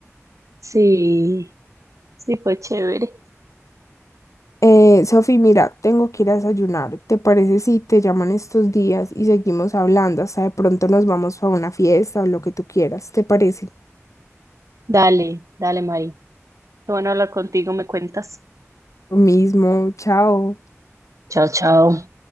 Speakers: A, on the right; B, on the left.
A: Sí, sí, fue chévere.
B: Eh, Sofi, mira, tengo que ir a desayunar. ¿Te parece si te llaman estos días y seguimos hablando? Hasta de pronto nos vamos a una fiesta o lo que tú quieras. ¿Te parece?
A: Dale, dale, Mari. Qué bueno hablar contigo, me cuentas.
B: Lo mismo, chao.
A: Chao, chao.